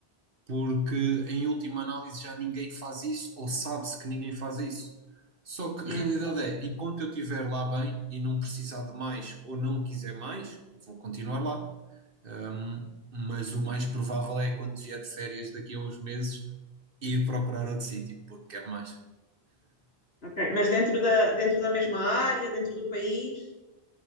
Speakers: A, on the right (about 60°); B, on the left (about 75°).
A: porque em última análise já ninguém faz isso, ou sabe-se que ninguém faz isso. Só que a
B: Yeah,
A: realidade é, enquanto eu estiver lá bem e não precisar de mais ou não quiser mais, vou continuar lá. Ahm, mas o mais provável é quando vier de férias daqui a uns meses ir procurar outro sítio, porque quero mais.
B: ok. Mas dentro da, dentro da mesma área, dentro do país?